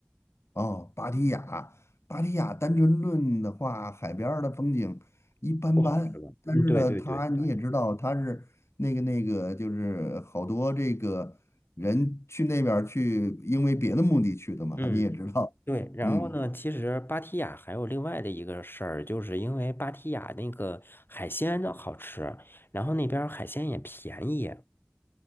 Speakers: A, on the left; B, on the left.
A: 哦，芭提雅，芭提雅单纯论的话，海边儿的风景一般般，
B: 不好是吧？
A: 但是呢，
B: 嗯，对对对，
A: 它你也知道，它是那个那个，就是好多这个人去那边儿去，因为别的目的去的嘛，
B: 嗯。
A: 你也知道，
B: 对，然后呢，
A: 嗯，
B: 其实芭提雅还有另外的一个事儿，就是因为芭提雅那个海鲜的好吃，然后那边儿海鲜也便宜。